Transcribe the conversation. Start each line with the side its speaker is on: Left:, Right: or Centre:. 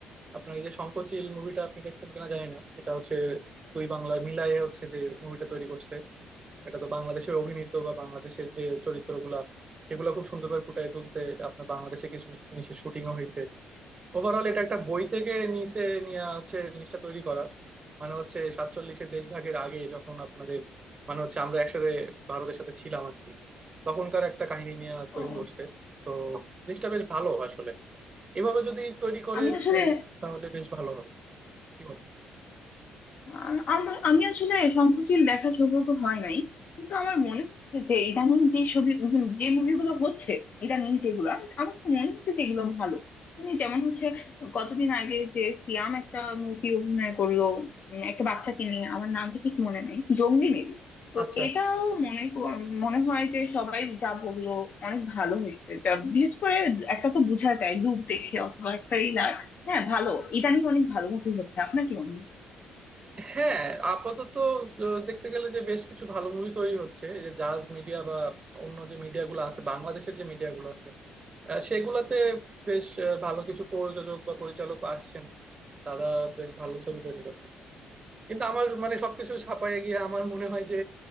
Right: আপনার এই যে শঙ্খচিল মুভিটা আপনি দেখছেন কিনা জানি না এটা হচ্ছে দুই বাংলার মিলায়ে হচ্ছে যে মুভিটা তৈরি করছে এটা তো বাংলাদেশের অভিনীত বা বাংলাদেশের যে চরিত্রগুলা এগুলা খুব সুন্দরভাবে ফুটিয়ে তুলছে আপনার বাংলাদেশে কিছু জিনিসের শুটিংও হয়েছে ওভারঅল এটা একটা বই থেকে নিচে নিয়ে হচ্ছে জিনিসটা তৈরি করা মানে হচ্ছে সাতচল্লিশের দেশভাগের আগে যখন আপনাদের মানে হচ্ছে আমরা একসাথে ভারতের সাথে ছিলাম আর কি তখনকার একটা কাহিনী নিয়ে তৈরি
Left: ও
Right: করছে তো জিনিসটা বেশ ভালো আসলে এভাবে যদি তৈরি করে
Left: আমি আসলে
Right: আহ, তাহলে বেশ ভালো হবে কি বলো
Left: আর আমার- আমি আসলে সংকোচিল দেখার সৌভাগ্য হয় নাই কিন্তু আমার মনে হচ্ছে যে ইদানিং যে ছবি উম যে মুভিগুলো হচ্ছে ইদানিং যেগুলা আমার কাছে মনে হচ্ছে যে এগুলো ভালো মানে যেমন হচ্ছে কতদিন আগে যে সিয়াম একটা মুভি অভিনয় করলো উম, একটা বাচ্চাকে নিয়ে আমার নামটা ঠিক মনে নাই জঙ্গলি মেবি তো
Right: আচ্ছা
Left: এটাও
Right: আচ্ছা
Left: মনে ক- মনে হয় যে সবাই যা বললো অনেক ভালো হয়েছে যা বিশেষ করে একটা তো বোঝা যায় লুক দেখে অথবা ট্রেইলার হ্যাঁ ভালো ইদানিং অনেক ভালো মুভি হচ্ছে আপনার কি মনে হয়
Right: হ্যাঁ আপাতত আহ, দেখতে গেলে যে বেশ কিছু ভালো মুভি তৈরি হচ্ছে এই যে জাজ মিডিয়া বা অন্য যে মিডিয়াগুলো আছে বাংলাদেশের যে মিডিয়াগুলো আছে আহ, সেগুলাতে বেশ আহ, ভালো কিছু প্রযোজক বা পরিচালক আসছেন তারা বেশ ভালো ছবি তৈরি করতেছে কিন্তু আমার মানে সবকিছু ছাপায় গিয়ে আমার মনে হয় যে